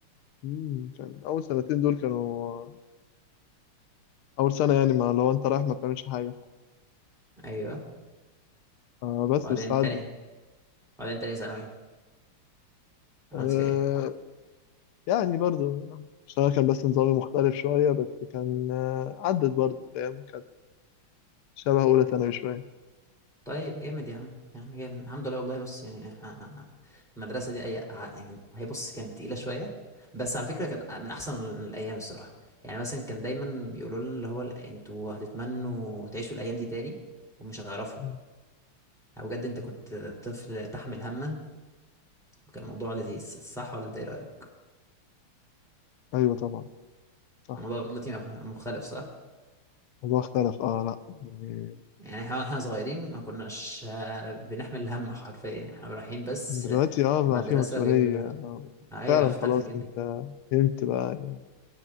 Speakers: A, on the left; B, in the centre.
A: مم، كان أول سنتين دول كانوا أول سنة يعني ما لو أنت رايح ما بتعملش حاجة
B: ايوه
A: آه بس
B: وبعدين
A: والساعات
B: تاني وبعدين تاني ثانوي عملت
A: آه،
B: فيها ايه
A: يعني برضو عشان أنا كان بس نظامي مختلف شوية بس كان آه، عدت برضو فاهم كانت شبه أولى ثانوي شوية
B: طيب جامد يا عم يا عم جامد الحمد لله والله بص يعني احنا المدرسة دي أي ع- يعني هي بص كانت تقيلة شوية بس على فكرة كانت من أحسن الأيام الصراحة يعني مثلا كان دايما بيقولوا لنا اللي هو ال- انتوا هتتمنوا تعيشوا الأيام دي تاني ومش هتعرفوا
A: مم.
B: أو بجد انت كنت طفل تحمل هما وكان الموضوع لذيذ صح ولا انت ايه رأيك؟
A: أيوة طبعا صح
B: الموضوع دلوقتي مخ- مختلف صح؟
A: الموضوع اختلف اه لا يعني
B: يعني احنا احنا صغيرين ما كناش آه، بنحمل الهم حرفيا احنا رايحين بس
A: دلوقتي
B: آه،
A: اه
B: المدرسة
A: بقى في مسؤولية
B: جايين من...
A: آه،
B: ايوه
A: فعلا
B: اختلفت
A: خلاص
B: جدا
A: انت فهمت بقى يعني